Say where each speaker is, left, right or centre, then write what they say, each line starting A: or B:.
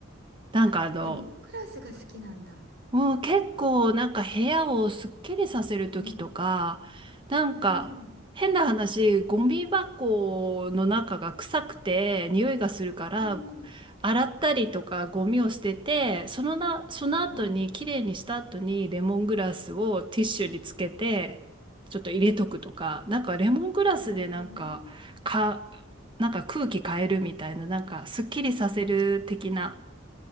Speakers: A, on the right; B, on the right.
A: なんかあの、
B: あ、レモングラスが好きなんだ。
A: もう結構なんか部屋をすっきりさせる時とか、
B: うん。
A: なんか変な話、
B: うん。
A: ゴミ箱の中が臭くて匂いがするから、
B: うんうん
A: 洗ったりとかゴミを捨てて、そのな、その後に綺麗にした後にレモングラスをティッシュにつけて、
B: うん。
A: ちょっと入れとくとか、なんかレモングラスでなんか、
B: なるほどね。
A: か、なんか空気変えるみたいな、なんかすっきりさせる的な
B: うん。